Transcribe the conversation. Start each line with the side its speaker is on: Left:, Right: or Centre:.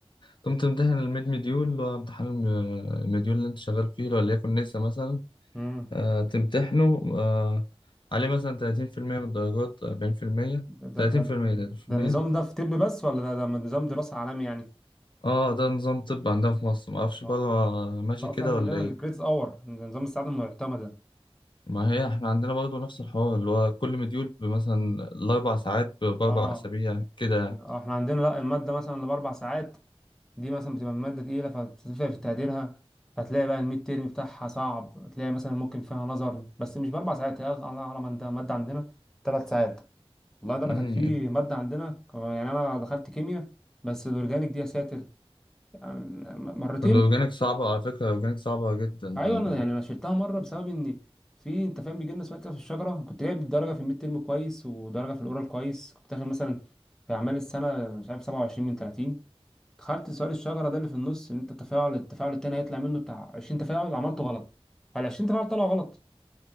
Left: تقوم تمتحن الميد مديول اللي هو امتحان الم- المديول اللي انت شغال فيه لو ليكن نسا مثلا
Centre: امم
Left: آه، تمتحنه آه، عليه مثلا 30% من الدرجات 40%
Centre: ده ده
Left: 30%
Centre: ده
Left: 30%
Centre: ده النظام ده في طب بس ولا ده ده نظام دراسة عالمي يعني؟
Left: اه ده نظام طب عندنا في مصر معرفش
Centre: اه
Left: بره ماشي
Centre: لا
Left: كده
Centre: اصل احنا
Left: ولا
Centre: عندنا
Left: ايه
Centre: الكريدت اور نظام السعادة المعتمدة
Left: ما هي احنا عندنا برضه نفس الحوار اللي هو كل مديول مثلا الأربع ساعات ب- بأربع
Centre: اه
Left: أسابيع كده
Centre: آه، احنا عندنا لا المادة مثلا اللي بأربع ساعات دي مثلا بتبقى مادة تقيلة فبتفرق في تقديرها فتلاقي بقى الميد تيرم بتاعها صعب تلاقي مثلا ممكن فيها نظر بس مش بأربع ساعات هي الله أعلم عندها مادة عندنا ثلاث ساعات والله ده
Left: مم.
Centre: أنا كان في مادة عندنا يعني أنا دخلت كيمياء بس الأورجانيك دي يا ساتر يعني مرتين
Left: الأورجانيك صعبة على فكرة الأورجانيك صعبة جدا يعني
Centre: ايوه انا يعني انا شلتها مره بسبب ان في انت فاهم بيجي لنا سؤال كده في الشجره كنت جايب درجه في الميد ترم كويس ودرجه في الاورال كويس كنت داخل مثلا في اعمال السنه مش عارف 27 من 30 دخلت سؤال الشجره ده اللي في النص ان انت التفاعل التفاعل التاني هيطلع منه بتاع 20 تفاعل عملته غلط فال 20 تفاعل طلعوا غلط